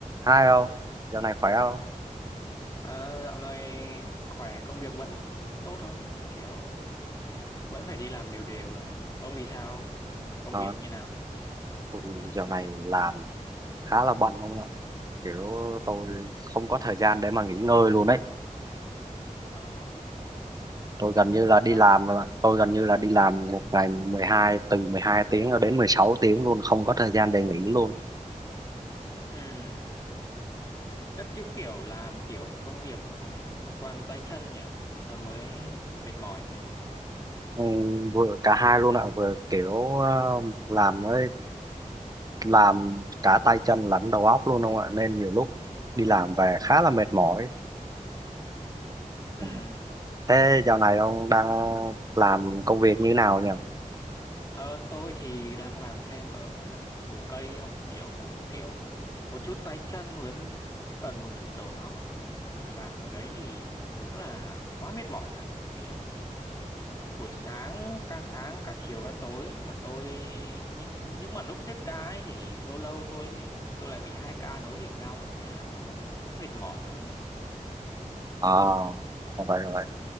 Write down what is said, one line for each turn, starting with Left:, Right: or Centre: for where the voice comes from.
Right: Hai không? Dạo này khỏe không?
Left: À, dạo này khỏe công việc vẫn không tốt thôi kiểu vẫn phải đi làm đều đều à. Ông thì sao công
Right: Ờ,
Left: việc như nào
Right: ui, dạo này làm khá là bận không ạ? Kiểu tôi không có thời gian để mà nghỉ ngơi luôn đấy.
Left: Ờ,
Right: Tôi
Left: cũng
Right: gần như là đi
Left: chắc
Right: làm rồi Tôi gần như là đi làm một ngày 12, từ 12 tiếng cho đến 16 tiếng luôn, không có thời gian để nghỉ luôn.
Left: ừm, chắc cũng kiểu làm kiểu công việc ừm, liên quan tay chân nhỉ nên là mới mệt mỏi thế
Right: Ừ, vừa cả hai luôn ạ, vừa kiểu ờ, làm với làm cả tay chân lẫn đầu óc luôn không ạ? Nên nhiều lúc đi làm về khá là mệt mỏi.
Left: Ừm,
Right: Ừ. Thế dạo này ông đang làm công việc như nào nhỉ?
Left: ờ, tôi thì đang làm thêm ở à, thơ cổ cây không kiểu cũng kiểu một chút tay chân với m- cũng cần một chút đầu óc mà làm ở đấy thì đúng là quá mệt mỏi thật kiểu buổi sáng ca sáng ca chiều ca tối mà tôi những những mà lúc xếp ca ấy thì lâu lâu tôi thì tôi lại bị hai ca nối liền nhau ấy nên là nó cũng mệt mỏi lắm
Right: À,
Left: ừ.
Right: rồi vậy rồi.